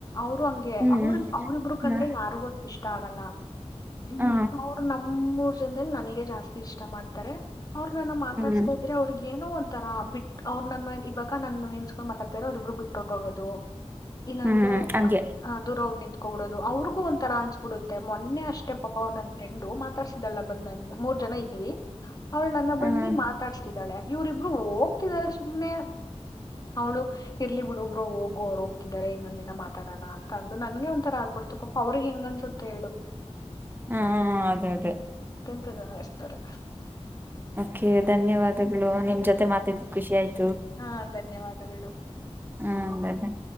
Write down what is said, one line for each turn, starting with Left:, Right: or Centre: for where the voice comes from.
Left: ಅವರು ಹಂಗೆ
Right: ಹ್ಮ್
Left: ಅವ್ರ ಅವ್ರಿಬ್ರು ಕಂಡ್ರೆ
Right: ಹ್ಮ್
Left: ಯಾರಿಗೊ ಇಷ್ಟ ಆಗಲ್ಲ ಈ
Right: ಹ
Left: ಸಾವ್ರ ನಮ್ಮೂರ್ ಜನದಲ್ಲಿ ನನಗ ಜಾಸ್ತಿ ಇಷ್ಟ ಮಾಡ್ತಾರೆ ಅವ್ರ ನನ್ನ ಮಾತಾಡ್ಸ್ೋದ್ರೆ
Right: ಹ್ಮ್
Left: ಅವ್ರಗ ಏನೋ ಒಂಥರ ಬಿಟ್ಟ ಅವ್ರ ನನ್ನ ಇವಾಗ ನ ನಿನ್ಸ್ಕೊಂಡ್ ಮಾತಾಡ್ತರೋ ಅವರಿಬ್ರು ಬಿಟ್ಟೋಟ್ಟ ಹೋಗೋದು ಇಲ್ಲಾಂದ್ರೆ
Right: ಹ್ಮ್ ಹಂಗೆ
Left: ದದುರ ಹೋಗಿ ನಿಂತ ಹಬಿಡುದುದು್ರಿಗೂ ಒಂ ತರ ಅನ್ಸಸ್ಬಿಡುತ್ತೆೊೆ ಅಷ್ಟೇ ಪಾಪ ಅವ ನನ್ನ ಫ್ರೆಂಡ್ ಮತ್ತ ತರ್ಸಿದಲ್ಲ ಬಂದ್ ಮೂರ್ ಜನ ಇದ್ವಿ ಅವ್ಳ ನನ್ನ
Right: ಹ್ಮ್
Left: ಬಂದಿ ಮಾತಾಡ್ಸ್ತಿದ್ದಾಳೆ ಇವ್ರಿಬ್ರು ಹೋಗ್ತಿದ್ದಾರೆ ಸುಮ್ನೆ ಅವ್ಳು ಇರ್ಲಿ ಬಿಡು ಒಬ್ರು ಹೋಗೋರು ಹೋಗತಿದಿದ್ದಾರೆ ಇನ್ನೊಂದ ಇನ್ನ ಮಾತಾಡೋಣ ಅಂತ ಅಂದು ನನ್ಗೆ ಒಂತ ತರ ಆಗ್ಬಿಡ್ತು ಪಾಪ ಅವ್ರಿಗೆ ಹೆಂಗನ್ಸುತ್ತೆ ಹೇಳು
Right: ಹಾ ಅದೇ ಅದೇ
Left: ಇ ಎಸ್ತಾರೆ
Right: ಕೆ ಧನ್ಯವಾದಗಳು ನಿಮ್ ಜೊತೆ ಮಾತಿದ ಖುಷಿ ಆಯ್ತು
Left: ಹಾ ಧನ್ಯವಾದಗಳು
Right: ಹ್ಮ್ ಬ